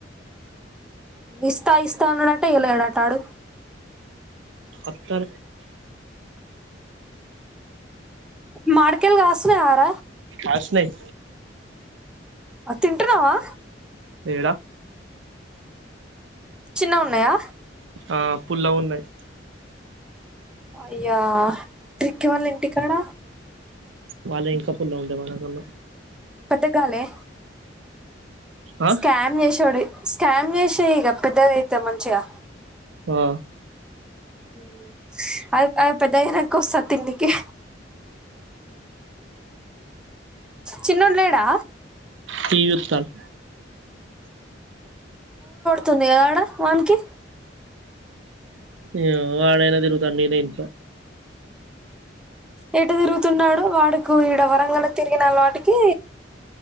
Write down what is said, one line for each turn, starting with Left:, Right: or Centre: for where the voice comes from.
Centre: ఇస్తా ఇస్ త్తనడట ఇయ్యలేడట ఆడు
Right: పత్తాలు
Centre: మాడికాయలు గాస్తున్నాయార
Right: కాష్ణయ్
Centre: అ తింట్రున్నవా
Right: ఏడా
Centre: చిన్న గున్నయా
Right: ఆ పుల్లగున్నయ్
Centre: అయ్యా ట్రిక్కీ వాళ్ళ ఇంటికాడ
Right: వాళ్ళ ఇంకా పుల్లగుంటాయ్ మనకన్న
Centre: పెద్ద గాలే
Right: ఆ
Centre: స్కామ్ జెశ్వడయ్ స్కామ్ జేసేయ్ ఇగ పెద్దది తె మంచిగా
Right: ఆ
Centre: ఊమ్ అ అ పెద్దగయినకోస్తా తిన్నికి చిన్నోడు లేడా
Right: టీవీ చుత్తండు
Centre: తుంది కదా ఆడ వానికి
Right: ఇవ్ వాడయినా తిరుగుతాండు నేనే ఇంట్లో
Centre: ఎటు తిరుగుతున్నాడో వాడుకు ఇడ వరంగల్ తిరిగిన వాటికి